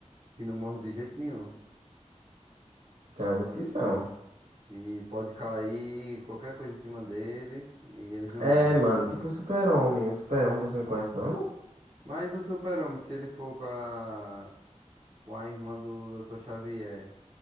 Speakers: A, on the right; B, on the right.
A: que não morre de jeito nenhum.
B: Tem alguns que são.
A: Que pode cair qualquer coisa em cima deles e eles não
B: É,
A: morrem.
B: mano, tipo o Super-Homem. O Super-Homem você não conhece, não?
A: Mas o super-homem, se ele for com a, com a irmã do doutor Xavier